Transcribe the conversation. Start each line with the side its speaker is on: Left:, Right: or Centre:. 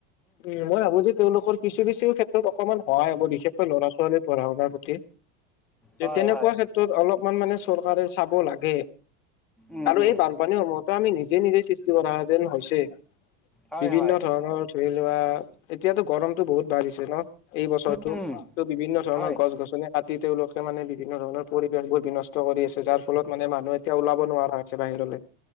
Left: উম। মই ভাবো যে- তেওঁলোকৰ কিছু-কিছু ক্ষেত্ৰত অকণমান সহায় হ'ব বিশেষকৈ ল'ৰা-ছোৱালী পঢ়া-শুনাৰ প্ৰতি।
Centre: হয়
Left: তেনেকুৱা
Centre: হয়
Left: ক্ষেত্ৰত অলপমান মানে চৰকাৰে চাব লাগে।
Centre: উম,
Left: আৰু
Centre: উম,
Left: এই বান- পানী সময়তো আমি নিজে-নিজে সৃষ্টি কৰা যেন হৈছে।
Centre: হয়
Left: বিভিন্ন
Centre: হয়
Left: ধৰণৰ- ধৰি লোৱা এতিয়াটো গৰমতটো বহুত বাঢ়িছে ন। এই বছৰটোত
Centre: উম, উম,
Left: বিভিন্ন ধৰণৰ
Centre: হয়।
Left: গছ-গছনি কাটি তেওঁলোকে মানে বিভিন্ন ধৰণৰ পৰিৱেশবোৰ- বিনষ্ট কৰি আছে। যাৰ ফলত মানে মানুহ এতিয়া ওলাব নোৱাৰা হৈছে বাহিৰলৈ।